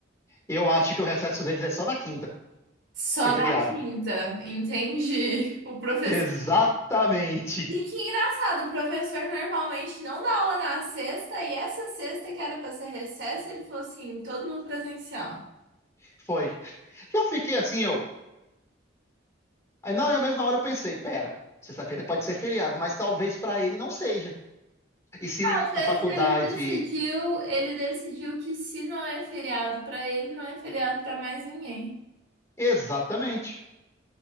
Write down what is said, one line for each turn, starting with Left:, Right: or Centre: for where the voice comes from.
Left: Eu acho que o recesso deles é só na quinta,
Right: Só
Left: que é feriado.
Right: na quinta, entendi. O professor.
Left: Exatamente.
Right: E que engraçado, o professor normalmente não dá aula na sexta, e essa sexta que era pra ser recesso, ele falou assim: todo mundo presencial.
Left: Foi. Eu fiquei assim, eu. Aí na mesma hora eu pensei: Pera, sexta-feira pode ser feriado, mas talvez pra ele não seja. E se
Right: Às vezes
Left: a faculdade.
Right: ele decidiu, ele decidiu que se não é feriado pra ele, não é feriado pra mais ninguém.
Left: Exatamente.